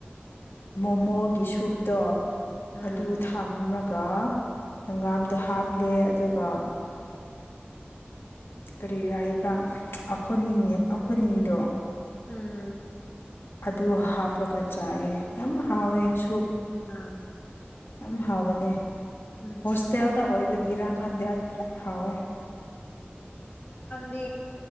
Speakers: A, on the left; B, on the left.
A: ꯃꯣꯃꯣꯒꯤ ꯁꯨꯞꯇꯣ
B: ꯎꯝ
A: ꯑꯗꯨ ꯊꯝꯂꯒ ꯑꯗꯨꯒ ꯍꯪꯒꯥꯝꯗꯣ ꯍꯥꯞꯂꯦ ꯑꯗꯨꯒ ꯀꯔꯤꯔ ꯍꯥꯏꯕ꯭ꯔꯥ ꯑꯩꯈꯣꯏ ꯑꯩꯈꯣꯏꯅꯤꯗꯣ
B: ꯎꯝ
A: ꯑꯗꯨ ꯍꯥꯞꯄꯒ ꯆꯥꯏꯑ ꯌꯥꯝ ꯍꯥꯎꯋꯦ ꯁ
B: ꯑꯥ
A: ꯌꯥꯝ ꯍꯥꯎꯕꯅꯦ
B: ꯎꯝ
A: ꯍꯣꯁꯇꯦꯜꯗ ꯑꯣꯏꯕꯒꯤ ꯏꯔꯥꯛ ꯈꯪꯗꯗ ꯀ ꯍꯋꯦ
B: ꯗꯤ